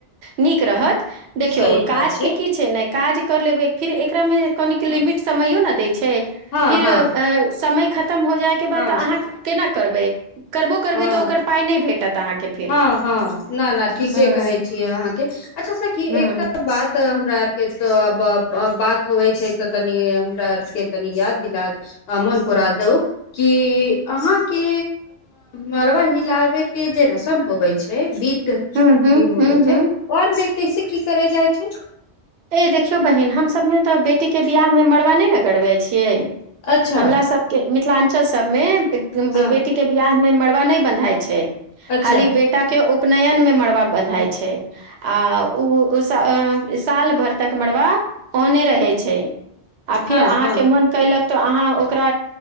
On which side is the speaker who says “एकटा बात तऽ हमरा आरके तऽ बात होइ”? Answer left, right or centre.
Left